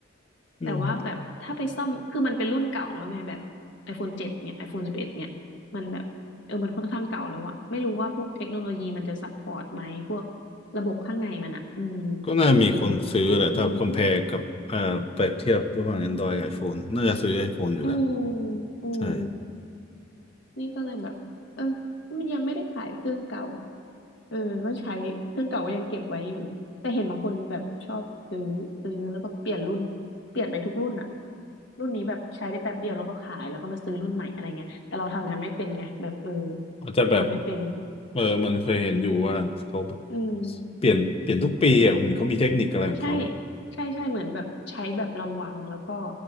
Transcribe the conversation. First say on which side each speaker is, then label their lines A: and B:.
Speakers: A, on the left; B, on the left.
A: อืม
B: แต่ว่าแบบถ้าไปซ่อมคือมันเป็นรุ่นเก่าแล้วไงแบบ
A: <laughs>
B: iPhone เจ็ดเนี่ย iPhone 11เอ็ดเนี่ยมันแบบเออมันค่อนข้างเก่าแล้วอะไม่รู้ว่าพวกเทคโนโลยีมันจะซัพพอร์ตไหมพวกระบบข้างในมันอะอืม
A: ก็น่ามีคนซื้อแหละถ้าคอม
B: มันจะยังอืม
A: p พ r e กับเอ่อเปรียบเทียบระหว่าง Android กับ iPhone น่าจะซื้อ iPhone อยู่แล้ว
B: อืมอืม
A: ใช่
B: นี่ก็เลยแบบเออมันยังไม่ได้ขายเครื่องเก่าเออก็ใช้เครื่องเก่าก็ยังเก็บไว้อยู่แต่เห็นบางคนแบบชอบซื้อซื้อแล้วก็เปลี่ยนรุ่นเปลี่ยนไปทุกรุ่นอะรุ่นนี้แบบใช้ได้แป๊บเดียวแล้วก็ขายแล้วก็มาซื้อรุ่นใหม่อะไรเงี้ยแต่เราทำอย่างานไม่เป็นไงแบบเออ
A: อาจจะแบบ
B: ทำไม่เป็น
A: เออมันเคยเห็นอยู่ว่าเขาแบบ
B: อืม
A: เปลี่ยนเปลี่ยนทุกปีอ่ะมันเขามีเทคนิคอะไรของเขาอ่ะ
B: ใช่ใช่ใช่เหมือนแบบใช้แบบระวังแล้วก็